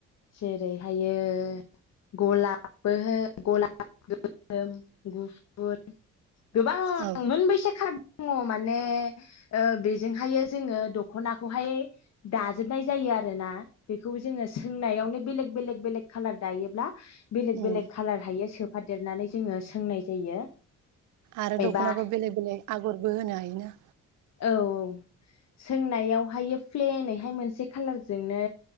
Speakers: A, on the left; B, on the right.
A: जेरैहायो गलाबबो हो गलाब गोसम गुफुर गोबां
B: औ
A: मोनबेसे खार दङ माने ओ बेजोंहायो जोङो दख'नाखौहाय दाजोबनाय जायो आरोना बेखौ जे सोंनायावनो बेलेग बेलेग बेलेग कालार दायोब्ला बेलेक
B: उम
A: बेलेग कालार हायो सोब फादेरनानै जोङो सोंनाय जायो।
B: आरो दख'नाखौ
A: एबा
B: बेलेग बेलग आगर बो होनो हायोना
A: औ औ सोंनायावहाय प्लेनैहाय मोनसे खाालारजोंनो